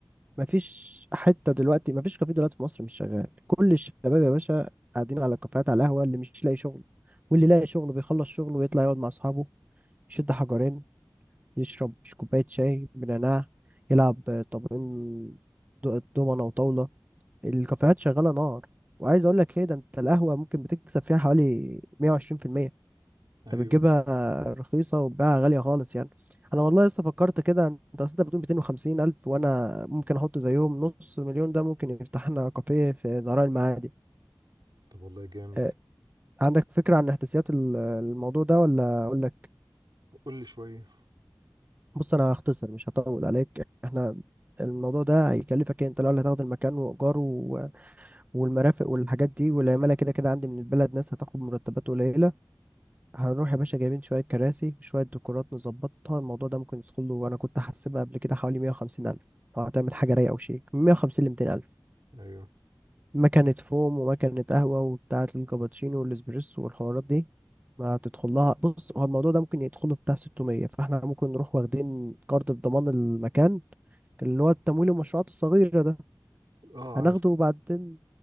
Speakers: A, on the right; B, on the right.
A: مفيش حتة دلوقتي مفيش كافيه دلوقتي في مصر مش شغال كل الشباب يا باشا قاعدين على الكافيهات على القهوة اللي مش لاقي شغل واللي لاقي شغل بيخلص شغله ويطلع يقعد مع اصحابه يشد حجرين يشرب كوباية شاي بنعناع يلعب طابين دو- دومنة وطاولة الكافيهات شغالة نار وعايز أقول لك إيه ده أنت القهوة ممكن بتكسب فيها حوالي 120%
B: أيوه
A: أنت بتجيبها رخيصة وبتبيعها غالية خالص يعني أنا والله لسه فكرت كده أنت أصل أنت بتقول 250 ألف وأنا ممكن أحط زيهم نص مليون ده ممكن يفتح لنا كافيه في زهراء المعادي
B: طب والله جامد
A: أه، عندك فكرة عن إحداثيات ال- الموضوع ده ولا أقول
B: قول لي شوية
A: بص انا هختصر مش هطول عليك احنا الموضوع ده هيكلفك إيه؟ انت الاول هتاخد المكان وايجاره و- والمرافق والحاجات دي والعماله كده كده عندي من البلد ناس هتاخد مرتبات قليله هنروح
B: مم.
A: يا باشا جايبين شويه كراسي وشويه ديكورات نظبطها الموضوع ده ممكن يدخل له وانا كنت حاسبها قبل كده حوالي 150 الف لو هتعمل حاجه رايقه وشيك من 150 ل 200 الف
B: أيوه
A: مكنه فوم ومكنه قهوه وبتاعه الكابتشينو والاسبريسو والحوارات دي ما هتدخل لها بص هو الموضوع ده ممكن يدخله في بتاع 600 فاحنا ممكن نروح واخدين كارد بضمان المكان اللي هو التمويل المشروعات الصغيرة ده
B: أه
A: هناخده
B: عارف
A: وبعدين